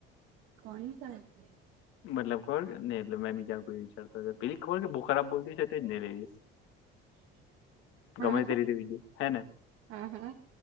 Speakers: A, on the right; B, on the left.
A: કોની સાથે?
B: મતલબ ખબર કેને એટલે મેં બીજા કોઈ વિચારતા પેલી ખબર કે બહુ ખરાબ બોલતી છે, તો જ નઈ લઈશ
A: હા
B: ગમે તે રીતે બીજું હે ને
A: હા હા